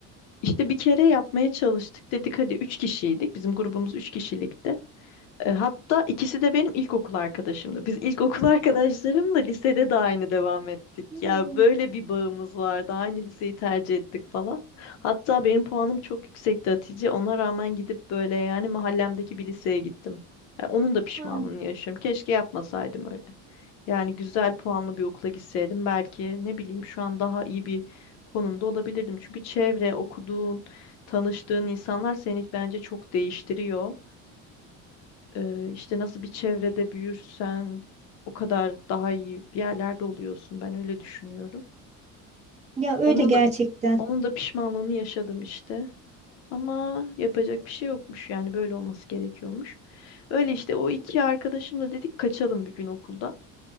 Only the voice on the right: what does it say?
Hmm,
ha.
Ya öyle
gerçekten.